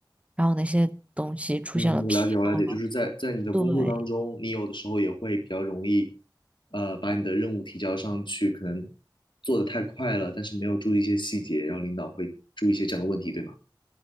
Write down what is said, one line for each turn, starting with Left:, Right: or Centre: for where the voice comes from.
Right: 然后那些东西出现了纰漏了。
Left: 嗯，我了解，我了解，就是在在你的工作当中，
Right: 对，
Left: 你有的时候也会比较容易，呃，把你的任务提交上去，可能做的太快了，但是没有注意一些细节，然后领导会注意一些这样的问题，对吗？